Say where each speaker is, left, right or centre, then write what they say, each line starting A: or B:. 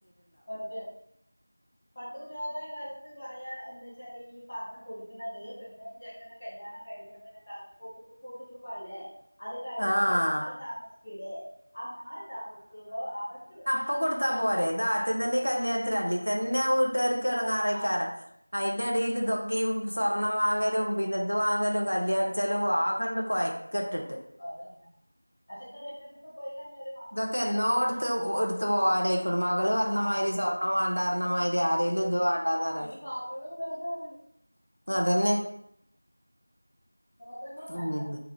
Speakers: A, on the left; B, on the left.
A: വെറ്തേ പണ്ട് പുരാതായ കാലത്ത്. പറയാ എന്താ വെച്ചാല് ഈ പാത്രം കൊടുക്കണുന്നത് പെണ്ണയും ചെക്കനും കല്യാണം കഴിഞ്ഞപ്പന്നെ. <unintelligible> കൂട്ടുകുടബല്ലേ അത് കഴിഞ്ഞിട്ട്
B: ആ
A: അവര് മാറി താമസി ക്കൂലെ ആ മാറി താമസിക്കുമ്പോ അവർക്ക്. വേ- ആ
B: അപ്പ കൊടുത്താ
A: അവർക്ക്
B: പോരെ ഇത് ആദ്യം തന്നെ ഈ കല്യാണത്തിന് തന്നെ വീട്ടുകാർക്ക് ഇണങ്ങാറേയ്ക്കാരം
A: അത്
B: അതിന്റെ ഇടിയിൽ ഇതൊക്കീം സ്വർണ്ണം വാങ്ങലും
A: അത്
B: പിന്ന ഇത് വാങ്ങലും കല്യാണം
A: അതന്നെ
B: ചെലവും ആകെ. ആപ്പാണ്ട് കൊയക്കെട്ട്.
A: അതന്നെ പക്ഷെ ഇത് ഒര്ഒറ്റന്ന് ഇപ്പം പോയിക്കഴിഞാലും
B: ഇതൊക്കെ എന്നോ എടുത്ത് എടുത്തു പോകാനായിക്കു മകള് പറഞ്ഞ
A: ആ
B: മാതിരി സ്വർണ്ണ വേണ്ട പറഞ്ഞമാതിരി. ആരെലും ഇത് വാണ്ടാന്നറോ.
A: ഈ പാത്രങ്ങളും വേണ്ടാ പറയും.
B: അതന്നെ.
A: പാത്രങ്ങളും
B: ഉം.
A: വേണ്ട